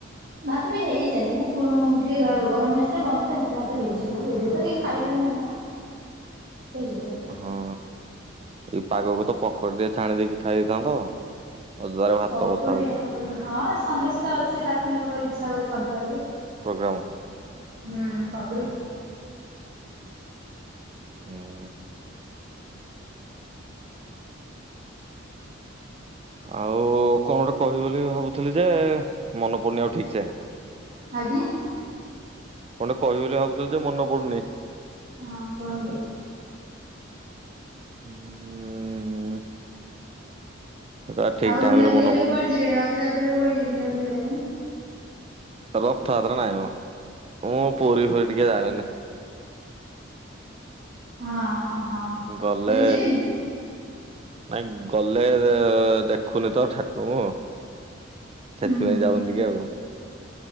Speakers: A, on the right (about 50°); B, on the right (about 30°).
A: ଭାତ ବି ହେଇଯାଏ ମୁଁ ଫୁ ଟିକେ ଗ-ଗରମ ଅଛି ନା ବନ୍ଦ ତା ଭିତରେ ଭାତ ହେଇଯିବ ଏବେ ତ କେହି ଖାଇ ବେ ନାହି ନା। ହେଇଯିବ
B: ହଁ ଏଇ ପାଗକୁ ତ ପକୋଡି ଟେ ଛାଣି ଦେଇକି ଖାଇ ଦେଇଥାନ୍ତ। ଅଜଦାରେ ଭାତ
A: ପକୁଡି
B: ବସା ହଉଛି
A: ଆଉ ହଁ ସନ୍ଧ୍ୟା ସୁଦ୍ଧା ଅଛି ରାତି କି ହବ ଯଦି ଇଛା ହବ ଜଦି କରିଦବା ଟିକେ ।
B: ପ୍ରୋଗ୍ରାମ।
A: ହୁଁ ପକୁଡ଼ି।
B: ହୁଁ। ଆଉ କଣ ଗୋଟେ କହିବି ବୋଲି ଭାବୁଥିଲି ଯେ ମନେ ପଡୁନି ଆଉ ଠିକ ସେ।
A: ଆଜ୍ଞା।
B: କଣ ଗୋଟେ କହିବି ବୋଲି ଭାବୁଥିଲି ଯେ ମନେ ପଡୁନି।
A: ହଁ କୁହନ୍ତୁ।
B: ହୁଁ। ସେଟା ଠିକ
A: ଆଉ
B: ଟାଇମ
A: ବୁଲାବୁଲି
B: ରେ ମନେ
A: ଏବେ
B: ପଡୁନି।
A: କୁଆଡ ଯିବେ ରଥ ଯାତ୍ରାରେ କୁଆଡେ ଯିବେ ବୁଲାବୁଲି କରିବା ପାଇଁ।
B: ରଥଯାତ୍ରା ନାଇ ମ ମୁଁ। ପୁରୀ ଫୁରି ଟିକେ ଯାଏନି।
A: ହଁ। ହଁ
B: ଗଲେ
A: ପୁରୀ ଯିବେନି?
B: ନାଇଁ । ଗଲେ ଏ ଦେଖୁନି ତ ଠାକୁରଙ୍କୁ। ସେଥିପାଇଁ
A: ହୁଁ ହୁଁ
B: ଯାଉନି ଟିକେ ଆଉ